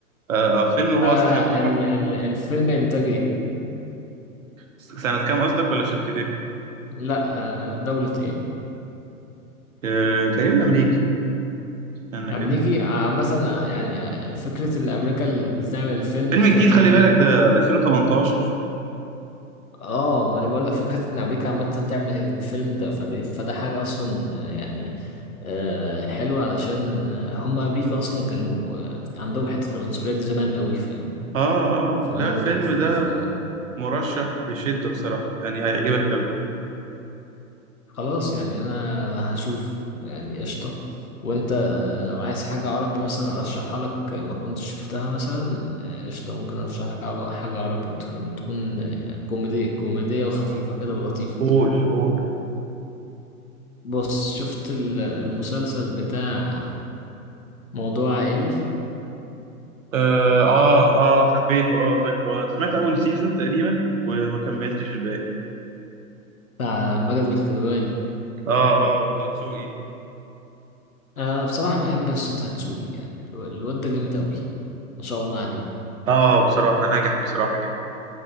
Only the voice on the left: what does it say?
فالفيلم
إنتاج إيه؟
لا آه، دولة إيه؟
أمريكي
آه، مثلا آه، يعني آه، فكرة إن أمريكا اللي تعمل الفيلم
فدي
اه ما انا بقول لك فكره ان امريكا عامه تعمل الفيلم ده فده, فده حاجه اصلا آه، يعني آه، حلوه علشان آه، هم امريكا اصلا كانوا آه، عندهم حته العنصريه دي زمان قوي فاهم
فهم
زي- ف- ف-
خلاص يعني انا هشوف يعني قشطه وانت آه، لو عايز حاجه عربي مثلا ارشحها لك آه، ما كنتش شفتها مثلا آه، قشطه ممكن ارشح لك حاجه حاجة عربي تكون تكون آه، كوميدي كوميديه وخفيفه كده ولطيفه
بص شفت ال- المسلسل بتاع موضوع عائلي
بتاع ماجد الكدواني
انا بصراحه بحب يسطا طه دسوقي يعني الو- الواد ده جامد قوي ما شاء الله عليه